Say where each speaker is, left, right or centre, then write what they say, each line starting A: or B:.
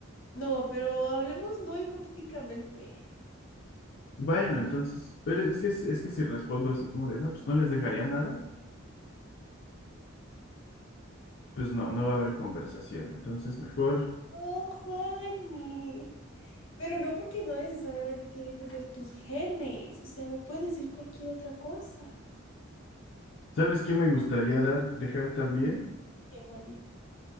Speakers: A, on the left; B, on the left.
A: No, pero hablemos no hipotéticamente.
B: Bueno, entonces, pero es que, es que si respondo así como de, no, pues no les dejaría nada, pues no, no va a haber conversación. Entonces, mejor,
A: No, Juani. Pero no porque no necesariamente tiene que ser tus genes. O sea, me puedes decir cualquier otra cosa.
B: ¿sabes qué me gustaría dar, dejar también?
A: ¿Qué, Juanita?